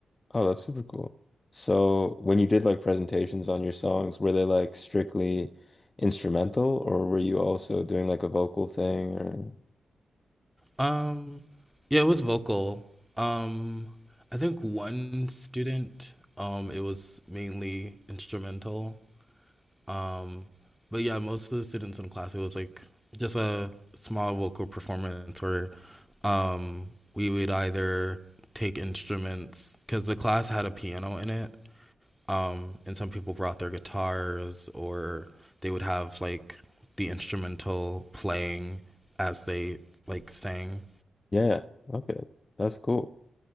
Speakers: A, on the left (about 35°); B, in the centre.
A: Oh, that's super cool. So, when you did like presentations on your songs, were they like strictly instrumental or were you also doing like a vocal thing or
B: Um yeah, it was vocal. Um I think one student um it was mainly instrumental Um, but yeah, most of the students in class, it was like just a small vocal performance where um, we would either take instruments because the class had a piano in it, um, and some people brought their guitars or they would have like the instrumental playing as they like sang.
A: Yeah, okay. That's cool.